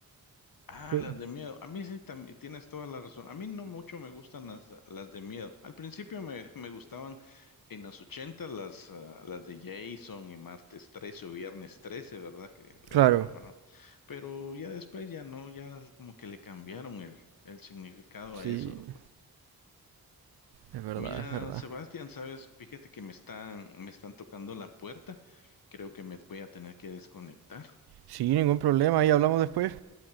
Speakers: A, on the left; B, on the right.
A: Ah,
B: Pe-
A: las de miedo. A mí sí también tienes toda la razón. A mí no mucho me gustan las, las de miedo. Al principio me, me gustaban en los 80 las, ah, las de Jason y martes 13 o viernes trece, ¿verdad? Que
B: Claro,
A: las renombraron. Pero ya después ya no, ya como que le cambiaron el, el significado a
B: sí,
A: eso.
B: es verdad,
A: Mira,
B: es verdad.
A: Sebastián, sabes, fíjate que me están, me están tocando la puerta. Creo que me voy a tener que desconectar.
B: Sí, ningún problema, ahí hablamos después.